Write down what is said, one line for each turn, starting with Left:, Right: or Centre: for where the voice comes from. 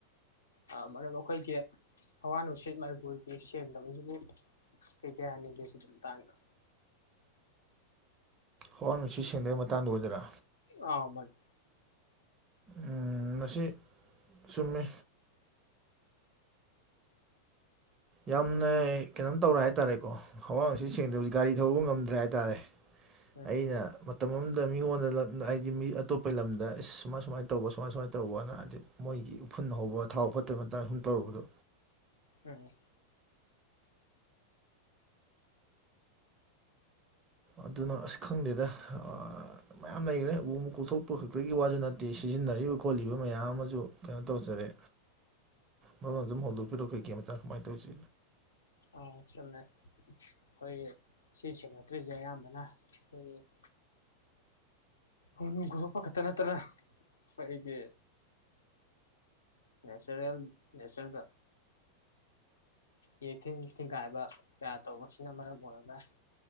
Left: ꯑ ꯃꯔꯝ ꯑꯩꯈꯣꯏꯒꯤ ꯍꯋꯥ ꯅꯨꯡꯁꯤꯠ ꯃꯅꯤꯄꯨꯔꯒꯤ ꯁꯦꯡꯗꯕꯁꯤꯕꯨ ꯀꯩ ꯀꯩ ꯍꯥꯏꯅꯤꯡꯒꯦ ꯁꯤꯒꯤ ꯃꯇꯥꯡꯗ
Right: ꯍꯋꯥ ꯅꯨꯡꯁꯤꯠ ꯁꯦꯡꯗꯕꯩ ꯃꯇꯥꯡꯗ ꯑꯣꯏꯗꯣꯏꯔ
Left: ꯑ ꯃꯥꯔꯨꯞ
Right: ꯎꯝ ꯃꯁꯤ ꯆꯨꯝꯃꯤ ꯌꯥꯝꯅ ꯀꯩꯅꯣꯝ ꯇꯧꯔꯦ ꯍꯥꯏꯇꯥꯔꯦꯀꯣ ꯍꯋꯥ ꯅꯨꯡꯁꯤꯠ ꯁꯦꯡꯗꯕꯁꯤ ꯒꯥꯔꯤ ꯊꯧꯕ ꯉꯝꯗ꯭ꯔꯦ ꯍꯥꯏꯇꯥꯔꯦ
Left: ꯎꯝ
Right: ꯑꯩꯅ ꯃꯇꯝ ꯑꯃꯗ ꯃꯤꯉꯣꯟꯗ ꯂꯛ ꯍꯥꯏꯗꯤ ꯃꯤ ꯑꯇꯣꯞꯄ ꯂꯝꯗ ꯏꯁ ꯁꯨꯃꯥꯏ ꯁꯨꯃꯥꯏꯅ ꯇꯧꯕ ꯁꯨꯃꯥꯏ ꯁꯨꯃꯥꯏꯅ ꯇꯧꯕꯅ ꯍꯥꯏꯗꯤ ꯃꯣꯏꯒꯤ ꯎꯐꯨꯟ ꯍꯧꯕ ꯊꯥꯎ ꯐꯠꯇꯕꯩ ꯃꯇꯥꯡ ꯁꯨꯝ ꯇꯧꯔꯨꯕꯗꯣ
Left: ꯎꯝ
Right: ꯑꯗꯨꯅ ꯑꯁ ꯈꯪꯗꯦꯗ ꯑ ꯃꯌꯥꯝ ꯂꯩꯈ꯭ꯔꯦ ꯎ ꯀꯣꯛꯊꯣꯛꯄ ꯈꯛꯇꯒꯤ ꯋꯥꯁꯨ ꯅꯠꯇꯦ ꯁꯤꯖꯤꯟꯅꯔꯤꯕ ꯈꯣꯠꯂꯤꯕ ꯃꯌꯥꯝ ꯑꯃꯁꯨ ꯀꯩꯅꯣ ꯇꯧꯖꯔꯦ ꯃꯔꯨꯞꯅ ꯑꯗꯨꯝ ꯍꯧꯗꯣꯛꯄꯤꯔꯛꯑꯣ ꯀꯩꯀꯩ ꯃꯇꯥꯡ ꯀꯃꯥꯏ ꯇꯧꯁꯤ
Left: ꯑꯥ ꯆꯨꯝꯃꯦ ꯑꯩꯈꯣꯏꯒꯤ ꯁꯤ ꯁꯦꯡꯉꯥꯠꯇ꯭ꯔꯤꯁꯦ ꯑꯌꯥꯝꯕꯅ ꯑꯩꯈꯣꯏꯒꯤ ꯎ ꯅꯣꯡꯀꯣꯛꯊꯣꯞꯄ ꯈꯛꯇ ꯅꯠꯇꯅ ꯑꯩꯈꯣꯏꯒꯤ ꯅꯦꯆꯔꯦꯜ ꯅꯦꯆꯔꯗ ꯌꯦꯊꯤꯡ ꯊꯤꯡꯒꯥꯏꯕ ꯀꯌꯥ ꯇꯧꯕꯁꯤꯅ ꯃꯔꯝ ꯑꯣꯏꯔꯒ